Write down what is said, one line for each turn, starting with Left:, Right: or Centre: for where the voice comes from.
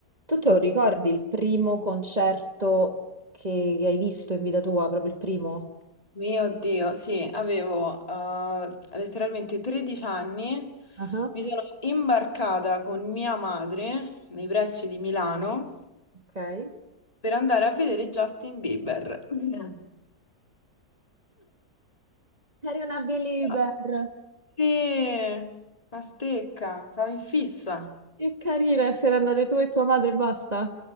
Right: Tu te lo ricordi il primo concerto che hai visto in vita tua, proprio il primo?
Left: Mio Dio, sì, avevo eh, letteralmente 13 anni,
Right: Ah,
Left: mi sono imbarcata con mia madre nei pressi di Milano
Right: Ok.
Left: per andare a vedere Justin Bieber. <laughs> Mm.
Right: Eri una believer.
Left: Ma Sì, una stecca, stavo in fissa.
Right: Che carina, se ne andate tu e tua madre e basta.